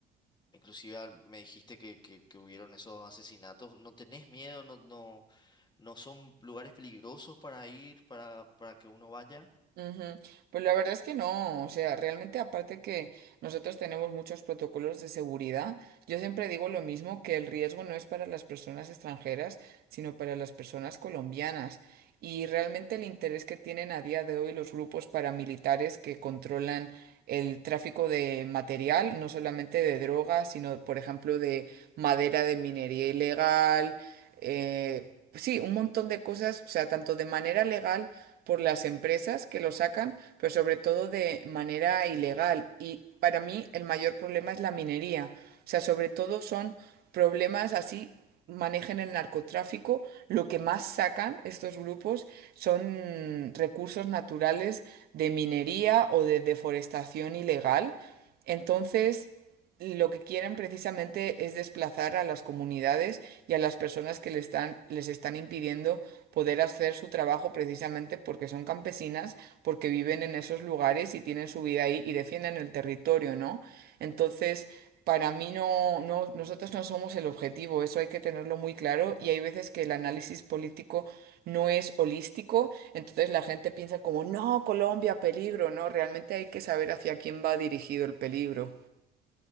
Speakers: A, on the left; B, on the right.
A: Inclusive al- me dijiste que, que, que hubieron esos asesinatos. ¿No tenés miedo? ¿No, no, no son lugares peligrosos para ir, para, para que uno vaya?
B: Ujú. Pues la verdad es que no, o sea, realmente aparte que nosotros tenemos muchos protocolos de seguridad, yo siempre digo lo mismo, que el riesgo no es para las personas extranjeras, sino para las personas colombianas. y realmente el interés que tienen a día de hoy los grupos paramilitares que controlan el tráfico de material, no solamente de drogas, sino, por ejemplo, de madera de minería ilegal, eh, sí, un montón de cosas, o sea, tanto de manera legal por las empresas que lo sacan, pero sobre todo de manera ilegal. Y para mí el mayor problema es la minería. O sea, sobre todo son problemas así manejen el narcotráfico, lo que más sacan estos grupos son recursos naturales de minería o de deforestación ilegal. Entonces, lo que quieren precisamente es desplazar a las comunidades y a las personas que le están- les están impidiendo poder hacer su trabajo precisamente porque son campesinas, porque viven en esos lugares y tienen su vida ahí y defienden el territorio, ¿no? Entonces, para mí no, no, nosotros no somos el objetivo, eso hay que tenerlo muy claro y hay veces que el análisis político no es holístico, entonces la gente piensa como, no, Colombia, peligro, no, realmente hay que saber hacia quién va dirigido el peligro.